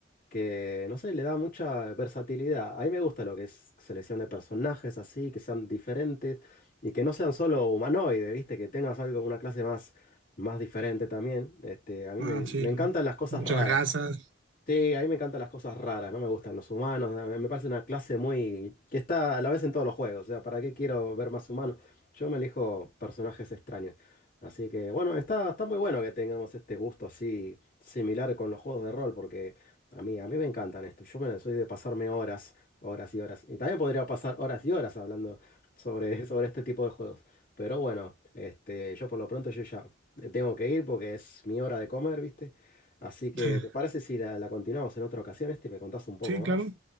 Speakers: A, on the left; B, on the right.
A: que, no sé, le da mucha versatilidad. A mí me gusta lo que es selección de personajes así, que sean diferentes y que no sean solo humanoides, ¿viste? Que tengas algo, una clase más, más diferente también. Este, a mí
B: Ah,
A: me, me
B: sí. lo-
A: encantan las cosas
B: Muchas
A: raras.
B: gracias.
A: Sí, a mí me encantan las cosas raras, no me gustan los humanos, me me parece una clase muy... que está a la vez en todos los juegos, o sea, ¿para qué quiero ver más humanos? Yo me elijo personajes extraños. Así que bueno, está, está muy bueno que tengamos este gusto así similar con los juegos de rol, porque a mí, a mí me encantan esto. Yo bueno, soy de pasarme horas, horas y horas. Y también podría pasar horas y horas hablando sobre, <laughs> sobre este tipo de juegos. Pero bueno, este, yo por lo pronto yo ya tengo que ir porque es mi hora de comer, ¿viste? Así que,
B: Sí.
A: ¿te parece si la, la continuamos en otra ocasión, este, y me contás un poco
B: Sí,
A: más?
B: claro.